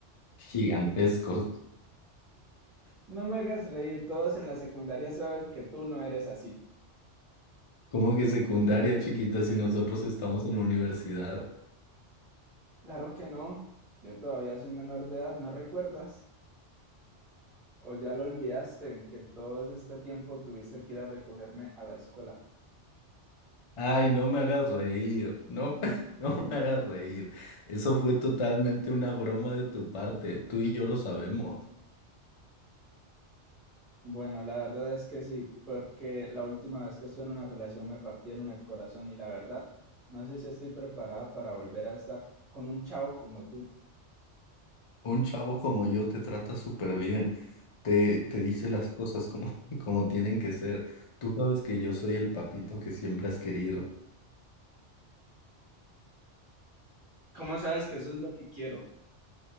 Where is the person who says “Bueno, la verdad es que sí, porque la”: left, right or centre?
Right